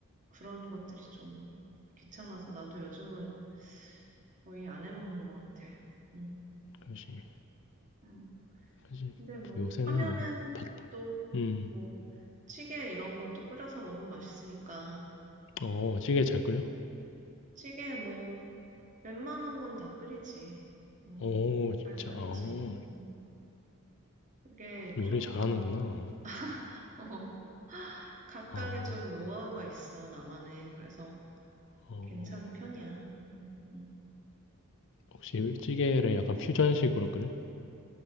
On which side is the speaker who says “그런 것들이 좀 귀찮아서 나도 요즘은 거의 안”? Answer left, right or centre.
Right